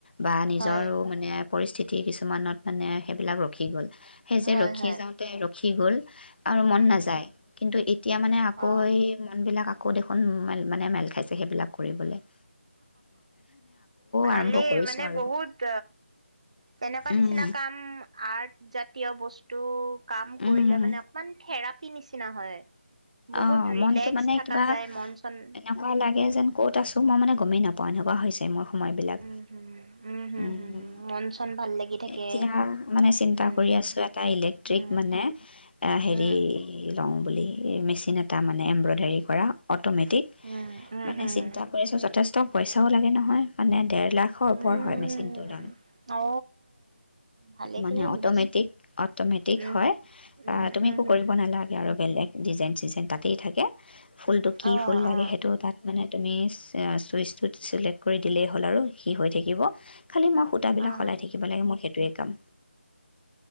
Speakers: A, on the left; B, on the right.
A: বা নিজৰো
B: হয়
A: মানে পৰিস্থিতি কিছুমানত মানে সেইবিলাক ৰখি গ'ল। সেই যে
B: হয়
A: ৰখি
B: হয়
A: যাওঁতে ৰখি গ'ল আৰু
B: হুম
A: মন নাযায়
B: হুম
A: কিন্তু এতিয়া মানে আকৌ
B: অ
A: সেই মনবিলক এইবিলাক আকৌ দেখোন মেল, মানে মেল খাইছে সেইবিলাক কৰিবলে।
B: ভালেই
A: আৰম্ভ কৰিছোঁ
B: মানে
A: আৰু।
B: বহুত তেনেকুৱা
A: উম,
B: নিচিনা কাম, আৰ্ট জাতীয় বস্ত টো কাম
A: উম,
B: কৰিলে মানে অকমান থেৰাপ থেৰাপী নিচিনা হয়। বহুত
A: অ',
B: ৰিলেক্স
A: মনটো মানে
B: থাকা
A: কিবা
B: যায় মন চন
A: এনেকুৱা লাগে
B: উম
A: যেন ক'ত আছো মই মানে গমেই নাপওঁ এনেকুৱা হৈছে মোৰ। সময় বিলাক,
B: উম হম হম
A: উম,
B: হম হম মন চন ভাল লাগি থাকে
A: এতিয়া মানে চিন্তা
B: উম
A: কৰি আছো এটা ইলেক্ট্ৰিক
B: উম
A: মানে আ হেৰি
B: উম
A: লওঁ। বুলি মেচিন এটা মানে এম্ব্ৰইডাৰী কৰা অ অট'মেটিক
B: উম উম
A: মানে
B: হম
A: চিন্তা
B: হম
A: কৰিছোঁ যথেষ্ট পইচাও লাগে নহয় মানে ডেৰ লাখৰ ওপৰ
B: উম
A: হয় মেচিনটোৰ দাম।
B: অ ভালেখিনি
A: মানে
B: ইনভেষ্টমেণ্ট
A: অট'মেটিক অট'মেটিক
B: উম
A: হয়
B: হম উম
A: আহ তুমি
B: উম
A: একো
B: হম
A: কৰিব নালাগে আৰু। বেলেগ ডিজাইন, চিজাইন তাতেই থাকে। ফুলটো কি
B: অ
A: ফুল লাগে
B: অ
A: সেইটো তাত মানে। তুমি চে-চুইচটোত চিলেক্ট কৰি দিলেই হ'ল আৰু সি হৈ থাকিব। খালী মই সূতাবিলাক
B: অ
A: সলাই থাকিব লাগে, মই সেইট সেইটোয়ে কাম।